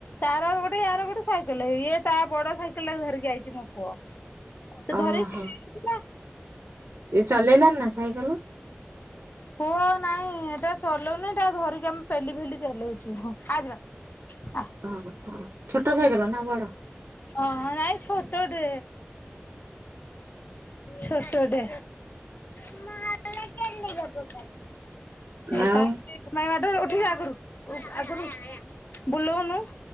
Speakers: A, on the left; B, on the right.
A: ତାର ଗୋଟେ ୟାର ଗୋଟେ ସାଇକେଲ ଇଏ ତା ବଡ ସାଇକେଲ ଟାକୁ ଧରିକି ଯାଇଛି ମୋ ପୁଅ। ସେ
B: ଓହୋ
A: ଧରିକି ଖେଳୁଥିଲା
B: ଏ ଚଲେଇଲାଣି ନା ସାଇକେଲ?
A: ହୁଅ ଆଉ ନାଇଁ ଏଟା ଚଲଉନି ଏଟାଉ ଧରିକି ଆମେ ପେଲି ଫେଲି ଚଲଉଛୁ ଆ ଯିବା ଅ
B: ଓହ ଛୋଟ ସାଇକେଲ ନା ବଡ
A: ହଁ ନାଇଁ ଛୋଟଟେ ଛୋଟଟେ ହୁଁ ହୁଁ ଏ
B: ଆଉ
A: ତା କୁ ମାଇ ମାଡଗୋଳ ଉଠିଯା ଆଗରୁ ଆଗରୁ ବୁଲଉନୁ।